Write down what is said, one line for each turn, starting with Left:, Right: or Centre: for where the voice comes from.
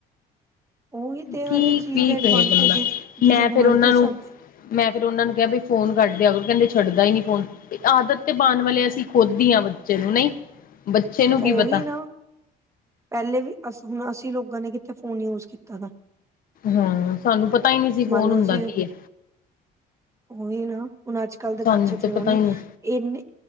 Right: ਉਹੀ ਤੇ
Left: ਕੀ-ਕੀ
Right: ਹਰੇਕ ਚੀਜ਼ ਦੇ ਅਡਵਾਂਟਜ
Left: ਕਹੇ ਬੰਦਾ
Right: ਡਿਸਐਡਵਾਂਟਜ
Left: ਮੈਂ ਫਿਰ ਉਹਨਾਂ ਨੂੰ
Right: ਸਭ ਦੇ
Left: ਮੈਂ ਫਿਰ ਉਹਨਾਂ ਨੂੰ ਕਿਹਾ ਬਈ ਫੋਨ ਘਟ ਦੇਆ ਕਰੋ ਕਹਿੰਦੇ ਛੱਡਦਾ ਹੀ ਨ ਨਹੀਂ ਫੋਨ ਆਦਤ ਤੇ ਪਾਣ ਵਾਲੇ ਅਸੀਂ ਖੁਦ ਹੀ ਹਾਂ ਬੱਚੇ ਨੂੰ ਨਹੀਂ ਬੱਚੇ ਨੂੰ
Right: ਉਹੀ
Left: ਕੀ ਪਤਾ
Right: ਨਾ ਪੈਲੇ ਵੀ ਅ ਹੁਣ ਅਸੀਂ ਲੋਕਾਂ ਨੇ ਕਿੱਥੇ ਫੋਨ ਯੂਜ ਕੀਤਾ ਤ
Left: ਹਾਂ ਸਾਨੂੰ ਪਤਾ ਹੀ ਨਹੀਂ ਸੀ
Right: ਮੰਨ
Left: ਫੋਨ
Right: ਲਓ
Left: ਹੁੰਦਾ
Right: ਅਸੀਂ
Left: ਕੀ ਹੈ।
Right: ਉਹੀ ਨਾ ਹੁਣ ਅੱਜ ਕੱਲ੍ਹ ਦੇ ਬੱਚੇ
Left: ਸਾਨੂੰ ਤੇ
Right: ਫੋਨ
Left: ਪਤਾ
Right: ਹੀ
Left: ਨਹੀਂ
Right: ਇਨੇ